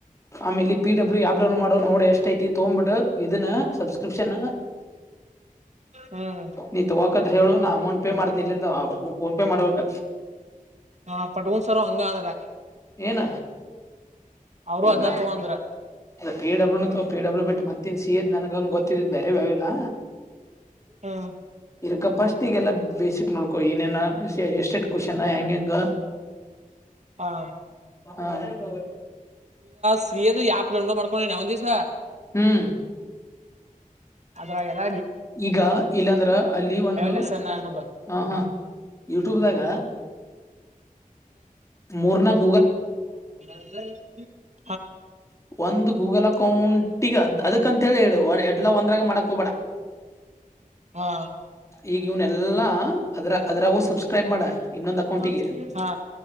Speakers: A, on the left (about 20°); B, on the right (about 50°).
A: ಆಮ ಇಲ್ಲಿ ಪಿ ಡಬ್ಲ್ಯೂ ಯಾವ ಡೌನ್ ಮಾಡೋ ನೋಡಿ ಎಷ್ಟ ಐತಿ ತಗ್ಬಿಡ್ ಇದನ್ನ ಸಬ್ಸ್ಕ್ರಿಪ್ಷನ್
B: ಹ್ಮ್
A: ನೀ ತಗೋಕತ್ ಹೇಳು ನಾ ಅಮೌಂಟ್ ಪೇ ಮಾಡ್ತನಿ ಇಲ್ಲಿಂದ ಫೋನ್ ಪೇ ಮಾಡ್ಬೇಕ
B: ಹಾ ಪಡ್ಗನ್ಸಾರ ಹಂಗ ಅಂದ್ರ
A: ಏನ
B: ಅವರು
A: ಇಕಾ
B: ಅದ್ನ ತಗೊಂದ್ರ
A: ಪಿ ಡಬ್ಲ್ಯೂನು ಪಿ ಡಬ್ಲ್ಯೂ ಬಿಟ್ಟ ಮತ್ತನ್ ಸಿದ್ ನನಗಂಗಗೆ ಗೊತ್ತಿದ್ ಬೇರೆ ಬ್ಯಾವಿಲ್ಲ <unintelligible> <unintelligible>
B: ಹಾ
A: ಇರಕ್ಕ ಫಸ್ಟ್ ಈಿಗೆಲ್ಲ ಬೇಸಿಕ್ ನೋಡ್ಕೋ ಏನೇನಾ ಎಸ್ಟೇಟ್ ಕ್ವನ್ ಹೆಂಗ ಹೆಂಗ
B: ಹಾ
A: ಹ
B: ಸ ಯಾಪ್ಂಡೋ ಮಾಡ್ಕೊಂಡೇ ನ ಒಂದ ದಿವ್ಸ
A: ಹ್ಮ್
B: ಅದ್ರಾಗ ಎಲ್ಲ
A: ಈಗ ಇಲ್ಲಾಂದ್ರ ಅಲ್ಲಿ ಒಂದು
B: ಲೆಸನ್ ಅನ್ನೋದ
A: ಹ ಹಾ ಯೂಟ್ಯೂಬ್್ದಾಗ ಮೂರ್ನಾಗ
B: ನಸ <unintelligible> <inaudible>
A: ಒಂದು ಗೂಗಲ್ ಅಕೌಂಟಗ ಅದಕ್ಕಂತ ಡು ಎಡ್ಲಾ ಒಂದ್ರಾಗ ಮಾಡಕಕ್ ಹ್ಬೇಡ
B: ಹಾ
A: ಈಗ ಇವ್ನ್ಲ್ಲಾ ಅದ್ರ ಅದ್ರಾಗೂ ಸಬ್ಸ್ಕ್ರೈಬ್ ಮಾಡ ಇನ್ನೊಂದು ಅಕೌಂಟಿಗೆ
B: ಹಾ ಹಾ